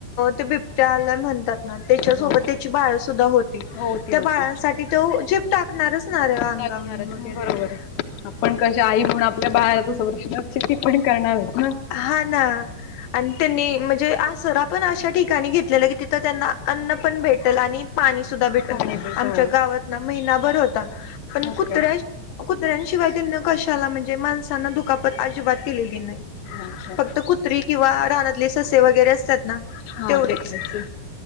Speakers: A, on the left; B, on the left.
A: ते बिबट्याला म्हणतात.
B: आहे.
A: त्याच्यासोबत
B: हो.
A: त्याची बाळ सुद्धा होती.
B: हो होती
A: त्या
B: होती.
A: बाळांसाठी त जिप टाकणारच ना अंगावनी
B: टाकणारच
A: वगैरे
B: ना बरोबर आहे. आपण कश आई म्हणून आपल्या बाहेारच संरक्षणा तशी ती पण करणारच ना..
A: हा ना आणि त्यांनी म्हणजे अस स पण अशा ठिकाणी घेतलेलं की तिथं त्यांना अन्न पण भेटेल आणि पाणी सुद्धा भेटेल.
B: खाण्यापिण्याचं
A: आमच्या
B: हो.
A: गावात ना महिनाभर होता पण
B: ओके.
A: कुत्र्या कुत्र्यांशिवाय त्यांनी कशाला म्हणजे माणसांना दुखापत अजिबात केलेली नाही.
B: अच्छा.
A: फक्त कुत्री किंवा रानातले ससे वगैरे असतात ना
B: हा
A: तेवढेच
B: ते खायचे